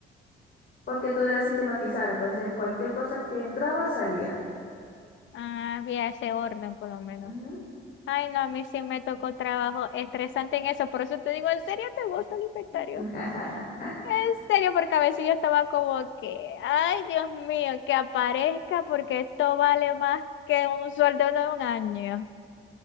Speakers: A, on the left; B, on the left.
A: Porque todo era sistematizado, entonces cualquier cosa que entraba salía.
B: Ah, había ese orden por lo menos.
A: Ujú.
B: Ay, no, a mí sí me tocó trabajo estresante en eso, por eso te digo, ¿en serio te gusta el inventario?
A: <laughs>
B: En serio, porque a veces yo estaba como que, ay, Dios mío, que aparezca porque esto vale más que un sueldo de un año,